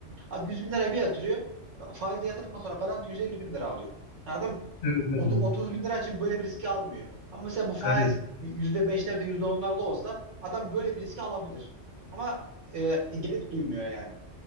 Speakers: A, on the right; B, on the left.
A: Abi 100 bin lirayı bir yatırıyor. Faizle yatırdıktan sonra garanti 150 bin lira alıyor. Yani adam
B: Evet. Evet.
A: otu-
B: evet.
A: 30 bin lira için böyle bir riski almıyor. Ama mesela bu faiz
B: Aynen.
A: yüzde beşlerde yüzde onlarda olsa adam böyle bir riski alabilir. Ama e, gerek duymuyor yani.